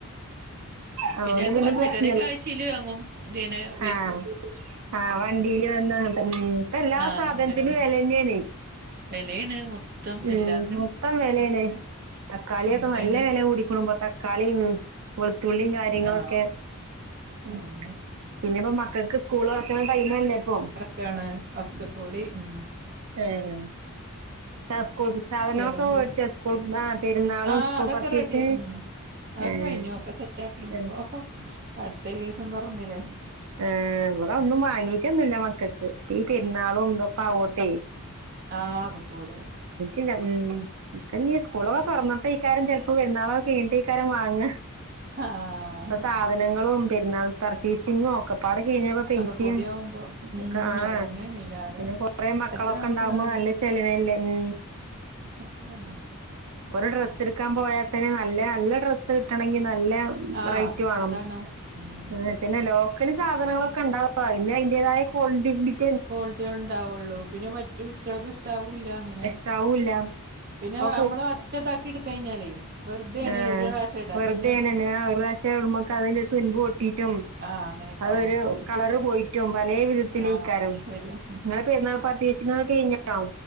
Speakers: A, on the right (about 75°); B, on the right (about 45°).
A: അതുകൊണ്ട്
B: പിന്നെ ഞങ്ങക്ക് പച്ചക്കറൊക്കെ
A: പ്രശ്നല്ല
B: ആയി ചില വാങ്ങും ന്തന <unintelligible>
A: ആഹ് ആഹ് വണ്ടിയില് വന്നങ്ങട്ടെ ഉ എല്ലാ
B: ആ
A: സാധനത്തിനും
B: അങ്ങനെ
A: വലന്നേണെ.
B: വെലയാണ് മൊത്തം
A: ഉം
B: എല്ലാതിനും
A: മൊത്തം വെലേണ്
B: ഒക്കെ
A: തക്കാളിയൊക്കെ
B: അങ്ങനെയാണ്
A: നല്ല വില കൂടിക്കണ്പോ തക്കാളിയും വെളുത്തുള്ളിയും കാര്യങ്ങളൊക്കെ
B: ആ
A: ഉം
B: അതെന്നെ
A: പിന്നെപ്പോ മക്കൾക്ക് സ്കൂൾ തുറക്കണ ടൈം അല്ലേപ്പൊ.
B: കണ് ഒക്കെ കൂടി ഉ
A: ആഹ് ച സ്കൂൾ സാധനമക്കെ
B: ചെലവും
A: മേടിച്ച
B: കാര്യം
A: സ്കൂൾ <unintelligible>
B: ആഹ്
A: സ്കൂൾ
B: അതൊക്കെ
A: പർച്ചേസിന്
B: റെഡി ആയി ഉ അതൊക്കെ
A: ഏഹ്
B: കഴിഞ്ഞു ഒക്കെ സെറ്റ് ആക്കി ഇനിപ്പോ
A: ഏഹ്
B: അടുത്തദിവസംതെറന്നിലെ
A: ഏ ഇവിടൊന്നും വാങ്ങീട്ടൊന്നില്ല മക്കൾക്ക് അപ്പ ഈ പെരുന്നാളും ഇന്തൊക്കെ ആവോണ്ടെ
B: ആഹ്ഒക്കെകൂടെ
A: ഇല്ല ഉ ഒക്കെഞ്ഞ്സ്കൂളൊക്കെ തൊറന്നിട്ട് അക്കാരം ചെലപ്പോ പെരുന്നാളൊക്കെ കയ്ഞ്ഞിട്ട് അക്കാരം വാങ്ങ്
B: ആഹ്
A: ഇപ്പൊ സാധനങ്ങളും പെരുന്നാൾ പർച്ചേസിങ്ങും ഒക്കെപ്പാടെകഴിഞ്ഞ പേസിയും
B: ഒക്കെ കൂടിയാവുമ്പോ ഉം
A: ഒക്കെ ആഹ്
B: അതന്നെയാണ് എല്ലാരും
A: പിന്നെ കൊറേ മക്കളൊക്കെ
B: എത്ര നമുക്ക്
A: ഉണ്ടാവുമ്പോ
B: ഇതാണെങ്കി
A: നല്ല ചെലവല്ലേ ഉ
B: അതെന്നെ
A: ഇപ്പൊ ഒരു ഡ്രസ്സ് എടുക്കാൻ പോയാത്തന്നെ നല്ല നല്ല ഡ്രസ്സ് കിട്ടണെങ്കിൽ നല്ല
B: ആഹ്
A: റേറ്റ് വേണം
B: അതാണ് ഉം
A: ഏഹ് പിന്നെ ലോക്കല് സാധനങ്ങളൊക്കെ ഉണ്ടാകുംഅതിന് അതിന്റേതായ ക്വാളിറ്റി ഇണ്ട്
B: ക്വാളിറ്റികൾ ഉണ്ടാവുള്ളു പിന്നെ മറ്റു കുട്ടികൾക്ക് ഇഷ്ടാവുല്ല അങ്ങനെ
A: ഇഷ്ടാവൂല്ല
B: പിന്നെ
A: ഇപ്പൊ
B: നമ്മള് ഒറ്റതാക്കി എടുത്ത കഴിഞ്ഞാലേ വെറുതെയാണ്
A: ആഹ്
B: ഒരു പ്രാവശ്യം ഇടാ
A: വെറുതെണ്
B: പിന്നെ അത്
A: ആ ഒരു പ്രാവശ്യംഇടുമ്പോയേക്ക് അയിന്റെ തുൻപ് പൊട്ടിട്ടും
B: ആഹ് അങ്ങനൊക്ക ആ
A: ഒരു കളറ് പോയിട്ടുംപലവിധ വിതത്തിലെയ്ക്കാരം
B: ആഹ് വരും
A: ഇങ്ങള പരുന്നാൾ പർചെയ്സിങ്ങേക്കെ കയിഞ്ഞോ